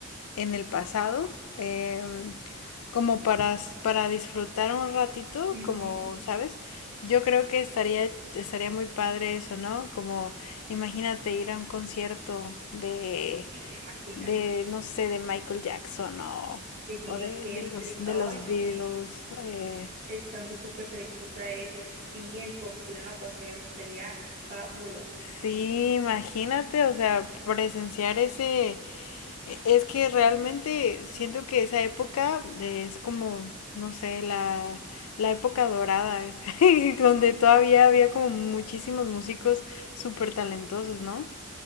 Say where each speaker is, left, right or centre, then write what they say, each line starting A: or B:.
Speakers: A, on the left; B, on the right.
A: en el pasado, em, como para, s- para disfrutar un ratito,
B: Ujú,
A: como,
B: ujú.
A: ¿sabes? Yo creo que estaría, estaría muy padre eso, ¿no? Como, imagínate ir a un concierto de
B: Uy, ¿te imaginas?
A: de, no sé, de Michael Jackson o,
B: De Jimi
A: o de,
B: Hendrix,
A: de los, de
B: ay,
A: los Beatles.
B: sí.
A: eh,
B: estando súper cerquita de ellos, sí, en su pleno apogeo, sería fabuloso.
A: sí, imagínate, o sea, presenciar ese... e- Es que realmente siento que esa época eh, es como, no sé, la, la época dorada, <laughs> donde todavía había como muchísimos músicos súper talentosos, ¿no?